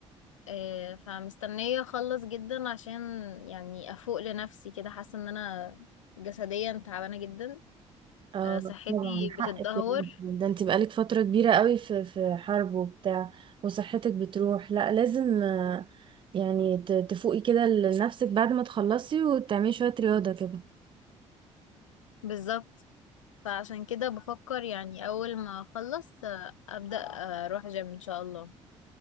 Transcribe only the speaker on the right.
اه
طبعا حقك
يعني ده انت بقالك فتره كبيره قوي في في حرب وبتاع وصحتك بتروح لا لازم آه، يعني ت- تفوقي كده لنفسك بعد ما تخلصي وتعملي شويه رياضه كده